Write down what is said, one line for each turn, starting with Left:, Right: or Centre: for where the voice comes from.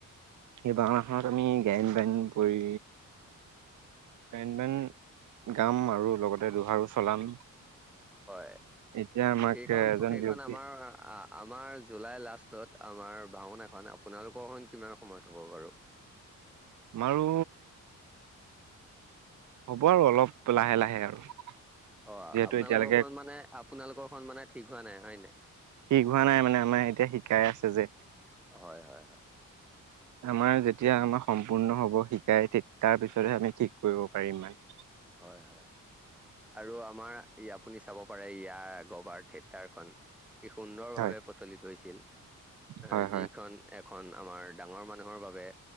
Right: এই ভাওনাখনত আমি গায়ন-বায়ন কৰি গায়ন বায়ন গাম আৰু লগতে দোহাৰো চলাম।
Centre: হয়,
Right: এতিয়া আমাক
Centre: সেইখন,
Right: এজন
Centre: সেইখন
Right: ব্যক্তি
Centre: আমাৰ আমাৰ জুলাই লাষ্টত, আমাৰ ভাওনাখন আপোনালোকৰখন কিমান সময়ত হ'ব বাৰু।
Right: আমাৰো হ'ব আৰু অলপ লাহে লাহে আৰু।
Centre: অ',
Right: যিহেতু
Centre: আপোনালোকৰ
Right: এতিয়ালৈকে
Centre: খন মানে আপোনালোকৰ খন মানে ঠিক হোৱা নাই হয় নাই।
Right: ঠিক হোৱা নাই মানে আমাৰ এতিয়া শিকাই আছে যে।
Centre: হয় হয় <inaudible>
Right: আমাৰ যেতিয়া আমাৰ সম্পূৰ্ণ হ'ব, শিকাই তাৰপিছত হে আমি ঠিক কৰিব পাৰিম মানে।
Centre: হয়, হয়। আৰু আমাৰ, এ আপুনি চাব পাৰে ইয়াৰ আগৰবাৰ থিয়েটাৰখন কি সুন্দৰ ভাৱে
Right: হয়
Centre: প্ৰচলিত হৈছিল, এ
Right: হয়
Centre: যিখন
Right: হয়
Centre: এখন আমাৰ ডাঙৰ মানুহৰ বাবে